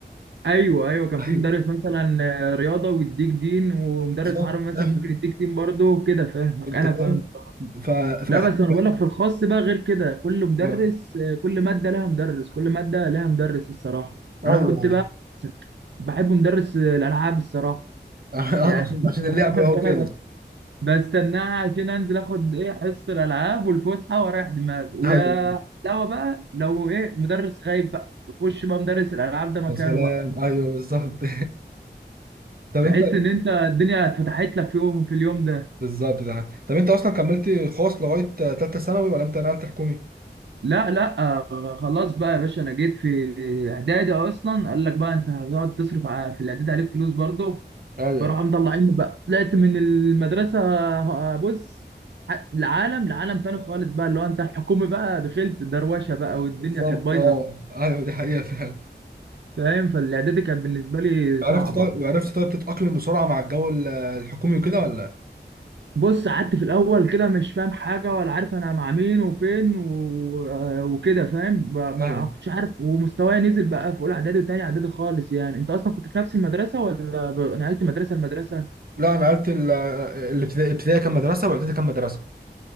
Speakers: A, on the right; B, on the right.
A: ايوه ايوه كان
B: ايوه
A: في مدرس مثلا آه، رياضة ويديك دين ومدرس
B: بالظبط
A: عربي مثلا
B: ايوه
A: ممكن يديك دين برضه كده فاهمك
B: انت
A: انا
B: فاهم
A: فاهم
B: ف... فكانت
A: لا بس انا بقول لك في الخاص بقى غير كده كل مدرس
B: اه
A: آه، كل ماده لها مدرس كل ماده لها مدرس الصراحه
B: ايوه
A: انا كنت
B: ايوه
A: بقى
B: <laughs>
A: بحب مدرس آه، الالعاب الصراحه
B: آه،
A: يعني
B: عشان عشان اللعب
A: <laughs>
B: اهو
A: ده
B: كده
A: انا بستناها عشان انزل اخد ايه حصه الالعاب والفسحه واريح دماغي ويا
B: ايوه
A: لو بقى لو ايه مدرس خايف بقى يخش بقى مدرس الالعاب ده مكانه
B: يا سلام
A: بقى
B: ايوه بالظبط <laughs> طب
A: تحس
B: انت
A: ان انت الدنيا اتفتحت لك في يوم في اليوم ده
B: بالظبط ده طب انت اصلا كملت خاص لغايه ثالثه ثانوي ولا انت نقلت حكومي؟
A: لا لا آه، خلاص بقى يا باشا انا جيت في اعدادي اصلا قال لك بقى انت هتقعد تصرف ع- في الاعدادي عليك فلوس برضه
B: ايوه
A: فراحوا مطلعيني بقى طلعت من المدرسه آه، بص ع- لعالم لعالم تاني خالص بقى اللي هو انت الحكومي بقى دخلت دروشه بقى والدنيا
B: بالظبط
A: كانت بايظه
B: اه ايوه دي حقيقه فعلا
A: فاهم فالاعدادي كانت بالنسبه لي
B: عرفت
A: صعبه
B: طيب عرفت طيب تتأقلم بسرعة مع الجو ال- الحكومي وكده ولا؟
A: بص قعدت في الاول كده مش فاهم حاجه ولا عارف انا مع مين وفين و... آه، وكده فاهم ب- ما
B: ايوه
A: كنتش عارف ومستواي نزل بقى في اولى اعدادي وتاني اعدادي خالص يعني انت اصلا كنت في نفس المدرسه ولا ب... نقلت مدرسه لمدرسه
B: لا انا قلت ال- الابتدائي الابتدائي كان مدرسة واعدادي كان مدرسة